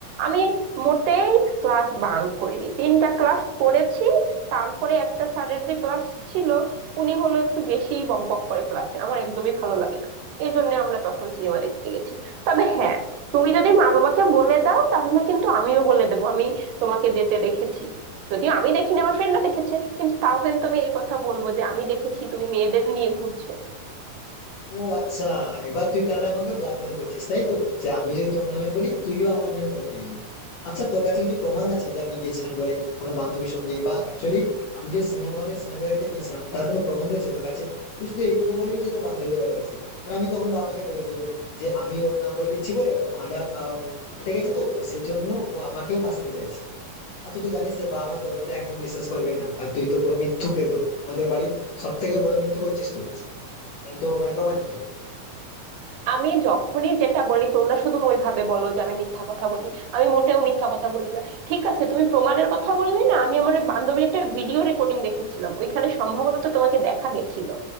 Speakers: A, on the right; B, on the left.
A: আমি মোটেই ক্লাস বাঙ্ক করিনি তিনটা ক্লাস করেছি তারপরে একটা স্যারের যে ক্লাস ছিল উনি হলো একটু বেশি বক বক করে ক্লাসে আমার একদমই ভালো লাগে না এই জন্য আমরা তখন সিনেমা দেখতে গেছি তবে হ্যাঁ তুমি যদি মা বাবাকে বলে দাও তাহলে কিন্তু আমিও বলে দেবো আমি তোমাকে যেতে দেখেছি যদিও আমি দেখিনি আমার ফ্রেন্ডরা দেখেছে কিন্তু তাও কিন্তু আমি এই কথা বলবো যে আমি দেখেছি তুমি মেয়েদের নিয়ে ঘুরছো
B: ও আচ্ছা এবার তুই তাহলে আমাকে ব্ল্যাকমেল করছিস তাই তো যে আমি যদি তোর নামে বলি তুইও আমার নামে বলে দিবি আচ্ছা তোর কাছে কিছু প্রমাণ আছে যে আমি গেছিলাম বলে কোনো বান্ধবীর সঙ্গে বা অ্যাকচুয়ালি আমি যে সিনেমা হলে সিনেমা দেখতে গিয়েছিলাম তার কোনো প্রমাণ রয়েছে তোর কাছে তুই শুধু এইটুকু বলবি যে তোর বান্ধবীরা বলেছে আর আমি তখন বাবা মাকে বলে দিব যে আমি ওর নাম বলে দিচ্ছি বলে ওর ভাঁড়া আহ, উঠে গেছে তো ও সেই জন্য ও আমাকেও ফাঁসাতে চাইছে আর তুই তো জানিস যে বাবা মা তোর কথা একদম বিশ্বাস করবে না কারণ তুই তো পুরো মিথ্যুক একদম আমাদের বাড়ির সব থেকে বড় মিথ্যুক হচ্ছিস তুই এটা তো মানে প্রমাণিত
A: আমি যখনই যেটা বলি তোমরা শুধু ওইভাবে বলো যে আমি মিথ্যা কথা বলি আমি মোটেও মিথ্যা কথা বলি না ঠিক আছে তুমি প্রমাণের কথা বললে না আমি আমার ওই বান্ধবীর একটা ভিডিও রেকর্ডিং দেখেছিলাম ওইখানে সম্ভবত তোমাকে দেখা গেছিল